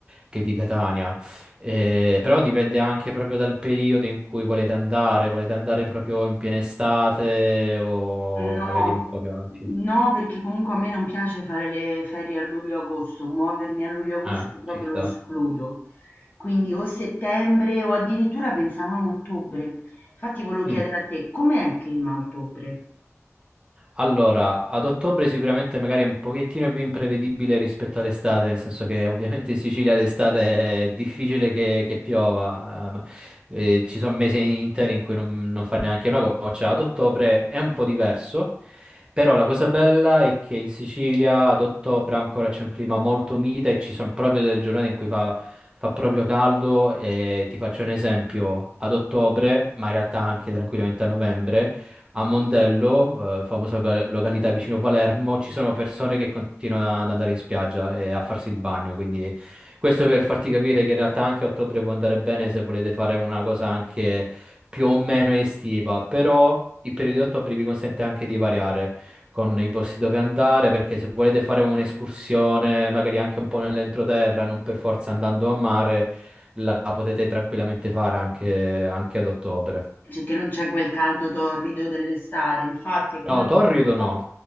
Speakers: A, on the right; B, on the left.
A: che di Catania. Eh, però dipende anche proprio dal periodo in cui volete andare, volete andare proprio in piena estate o
B: No,
A: magari un po' più avanti.
B: no, perché comunque a me non piace fare le ferie a luglio-agosto, muovermi a luglio-agosto
A: Ah,
B: proprio
A: ci sta.
B: lo escludo. Quindi o settembre o addirittura pensavamo ottobre. Infatti volevo chiedere
A: Mm.
B: a te, com'è il clima a ottobre?
A: Allora, ad ottobre sicuramente magari è un pochettino più imprevedibile rispetto all'estate, nel senso che ovviamente in Sicilia d'estate è difficile che, che piova, ehm, eh, ci sono mesi interi in cui non, non fa neanche una goccia, ad ottobre è un po' diverso, però la cosa bella è che in Sicilia ad ottobre ancora c'è un clima molto mite e ci sono proprio delle giornate in cui fa, fa proprio caldo e ti faccio un esempio, ad ottobre, ma in realtà anche tranquillamente a novembre. A Mondello, eh, famosa loca- località vicino Palermo, ci sono persone che continuano ad andare in spiaggia e a farsi il bagno, quindi questo per farti capire che in realtà anche a ottobre può andare bene se volete fare una cosa anche più o meno estiva, però il periodo di ottobre vi consente anche di variare con i posti dove andare, perché se volete fare un'escursione, magari anche un po' nell'entroterra, non per forza andando a mare, la potete tranquillamente fare anche, anche ad ottobre.
B: Cioè, Che non c'è quel caldo torrido dell'estate, infatti, è quello
A: No, torrido
B: che pensavo.
A: no.